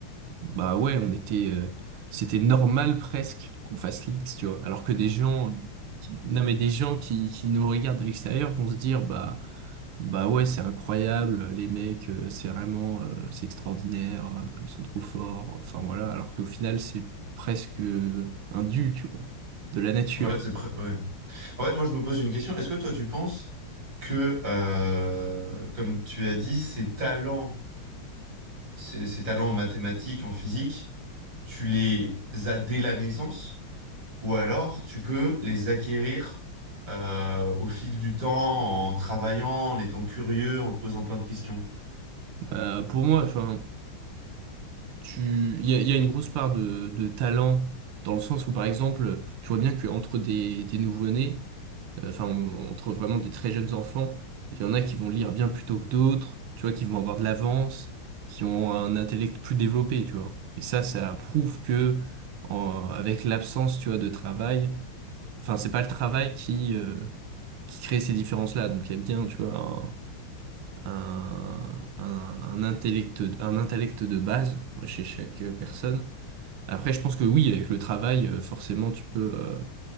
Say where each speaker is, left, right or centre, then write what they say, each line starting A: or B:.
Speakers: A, on the right; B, on the right.
A: bah ouais, on était, euh, c'était normal presque qu'on fasse l'X, tu vois. Alors que des gens, qui, non mais des gens qui, qui nous regardent de l'extérieur vont se dire, bah, bah ouais, c'est incroyable, les mecs, euh, c'est vraiment, euh, c'est extraordinaire, euh, ils sont trop forts. Enfin voilà, alors qu'au final, c'est presque euh, un dû, tu vois, de la nature.
B: En fait, c'est pr- ouais. En fait, moi, je me pose une question. Est-ce que toi, tu penses que, euh, comme tu l'as dit, ces talents, ces, ces talents en mathématiques, en physique, tu les as dès la naissance? Ou alors, tu peux les acquérir euh, au fil du temps, en travaillant, en étant curieux, en te posant plein de questions.
A: Euh, pour moi, enfin, tu, il y a, il y a une grosse part de, de talent dans le sens où, par exemple, tu vois bien qu'entre des, des nouveau-nés Euh, enfin, on- entre vraiment des très jeunes enfants, il y en a qui vont lire bien plus tôt que d'autres, tu vois, qui vont avoir de l'avance, qui ont un intellect plus développé, tu vois. Et ça, ça prouve que, en- avec l'absence, tu vois, de travail, enfin, c'est pas le travail qui, euh, qui crée ces différences-là. Donc, il y a bien, tu vois, un, un, un, un intellect, un intellect de base chez chaque personne. Après, je pense que oui, avec le travail, euh, forcément, tu peux. euh,